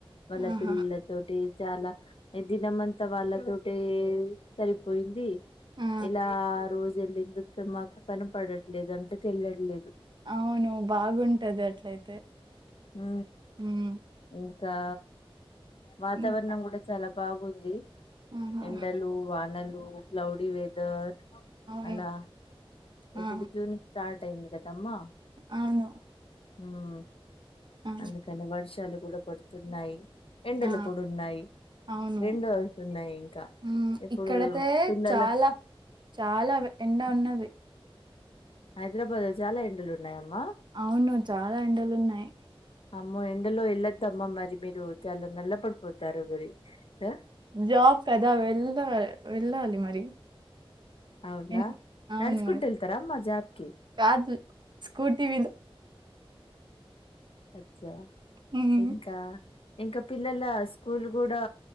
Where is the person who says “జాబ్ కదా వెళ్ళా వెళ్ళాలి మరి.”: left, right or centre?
Right